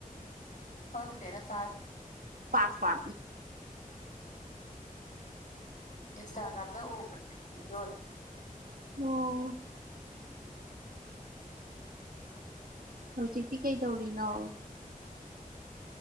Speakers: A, on the left; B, on the right.
A: ꯈꯪꯗꯦꯔ ꯆ
B: ꯄꯥꯥꯁ ꯄꯥ
A: ꯏꯟꯁꯇꯥꯒ꯭ꯔꯥꯝ ꯅ ꯎꯕ ꯌꯔ
B: ꯑꯣꯝ ꯍꯧꯖꯤꯛꯇꯤ ꯀꯩ ꯇꯧꯔꯤꯅꯣ